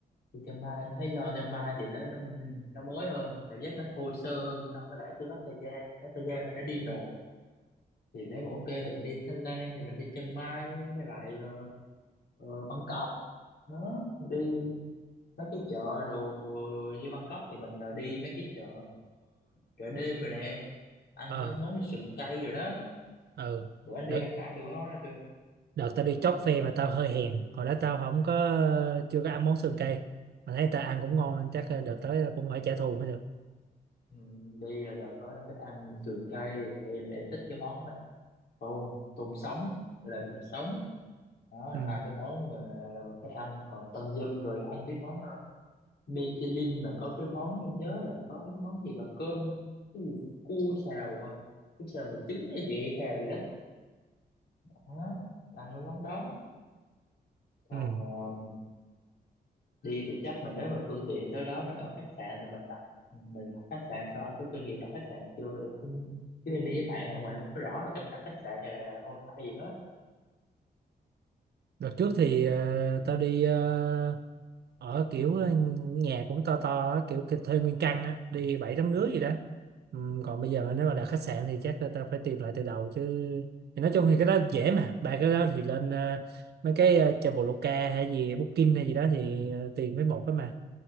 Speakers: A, on the left; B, on the right.
A: đi Chiang Mai em thấy do Chiang Mai thì nó nó nó mới hơn cảm giác nó thô sơ hơn so với lại cái Pattaya Pattaya mình đã đi rồi thì nếu mà ok thì mình đi Thái Lan thì mình đi Chiang Mai với lại ờ, ờ, Bangkok đó đi mấy cái chợ rồi như Bangkok thì mình ờ, đi mấy cái chợ chợ đêm rồi nè ăn
B: ờ
A: mấy món như sườn cay rồi đó
B: ừ
A: bữa anh đi
B: đợt
A: anh có ăn được cái món đó chưa
B: đợt tao đi chót phê mà tao hơi hèn hồi đó tao không có chưa có ăn món sườn cây mà thấy tao ăn cũng ngon nên
A: ừ.
B: chắc đợt tới tao cũng phải trả thù mới được
A: Ừ, đi là đợt đó là phải ăn sườn cay em là em thích cái món mà tôm tôm sống với lại mực sống đó là
B: ừ
A: hai cái món mà là mình phải ăn còn tâm dâm rồi ăn cái món ờ, Michelin mà có cái món em nhớ là có cái món gì mà cơm cái gì cua xào hả cái xào mà trứng hay gì xào gì đó, đó. là ăn cái món đó còn
B: ừ
A: um, đi thì chắc mình nếu mà phương tiện tới đó mình ở khách sạn thì mình đặt mình đặt khách sạn sao anh có kinh nghiệm đặt khách sạn chưa em cũng chứ em đi với bạn không mà em không có rõ là cách đặt khách sạn hay là homestay gì hết
B: đợt trước thì ờ, tao đi ờ, ở kiểu ờ, nhà cũng to to á, kiểu cái- thuê nguyên căn á đi bảy tám đứa gì đó Ừm, còn bây giờ
A: ừ.
B: nếu mà đặt khách sạn thì chắc là tao phải tìm lại từ đầu chứ thì nói chung thì cái đó dễ mà ba cái đó thì lên ờ, mấy cái ờ, Traveloka hay gì Booking hay gì đó thì ờ, tìm với một cái mà